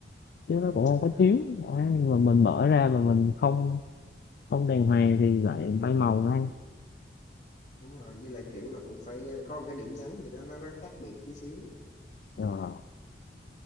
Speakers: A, on the left; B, on the left.
A: chứ nó cũng không
B: đúng rồi,
A: có thiếu Đấy, nhưng mà mình mở ra mà mình không không đàng hoàng thì lại bay màu ngay
B: đúng rồi. Với lại kiểu là cũng phải có một cái điểm nhấn gì đó nó nó khác biệt tí xíu.
A: rồi